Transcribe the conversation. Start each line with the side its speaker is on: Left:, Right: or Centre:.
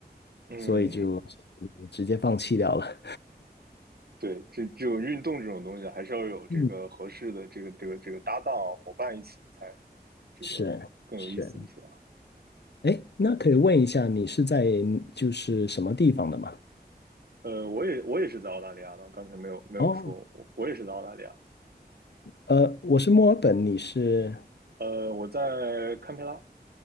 Right: 嗯，
Left: 所以就直接放弃掉了。
Right: 对，这这种运动这种东西，还是要有这个合适的这个这个这个搭档啊伙伴一起，
Left: 嗯，
Right: 才这个更有意思一些啊。
Left: <laughs> 是是。哎，那可以问一下，你是在就是什么地方的吗？
Right: 呃，我也我也是在澳大利亚的，我刚才没有没有说，
Left: 哦，
Right: 我我也是在澳大利亚。
Left: 呃，我是墨尔本，你是？
Right: 呃，我在堪培拉